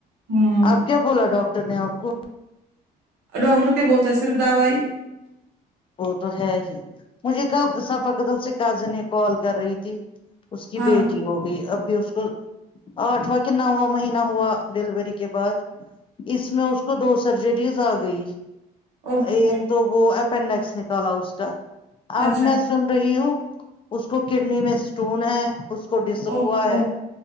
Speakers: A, on the right; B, on the left.
A: ہوں
B: آپ کیا بولا ڈاکر نے آپ کو
A: ڈاکٹر کیا بولتے ہیں صرف دوائی
B: وہ تو ہے ہی مجھے کل سفا قدل سے کجن کال کر رہی تھی اس کی
A: ہاں
B: بیٹی ہوگئی اب بھی اس کو آٹھواں کے نوواں مہینہ ہوا ڈیلیوری کے بعد اس میں اس کو دو سرجریز آ گئی
A: او
B: ایک
A: او
B: تو وہ پینڈس نکالا اس کا اب
A: اچھا
B: میں سن رہی ہوں اس کو کڈنی میں اسٹون ہے اس کو ڈسکا
A: او او
B: ہے